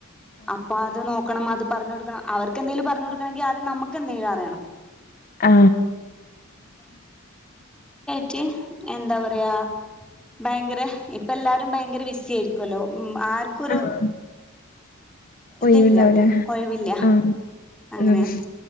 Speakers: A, in the centre; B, on the left.
A: അപ്പൊ അത് നോക്കണം അത് പറഞ്ഞ്കൊടുക്കണം അവർക്ക് എന്തേങ്കിലും പറഞ്ഞോടു ങ്കി അത് നമ്മ എക്കെന്തെങ്കിലും അറിയണം
B: ആ
A: ഒക്കെ എന്താ പറ യ ഭയങ്കര ഇപ്പം എല്ലാവരും ഭയങ്കര ബിസി ആയിരിക്കുഅല്ലോ ഉം ആർക്കൊരു
B: ആഹ്.
A: ഇതില്ല
B: ഒഴിവുണ്ടാവൂല.
A: ഒഴിവില്ല
B: ആ.
A: അങ്ങനെ
B: ആഹ്.